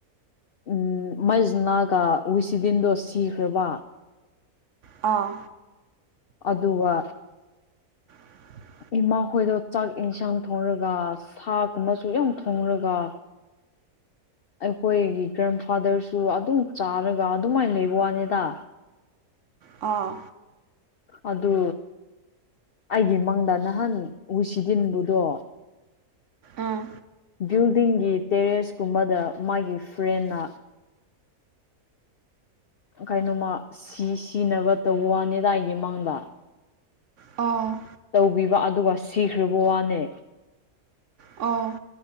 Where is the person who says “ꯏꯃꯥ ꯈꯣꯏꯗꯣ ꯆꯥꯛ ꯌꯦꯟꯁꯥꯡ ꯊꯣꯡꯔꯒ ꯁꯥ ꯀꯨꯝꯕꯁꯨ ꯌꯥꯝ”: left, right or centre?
Left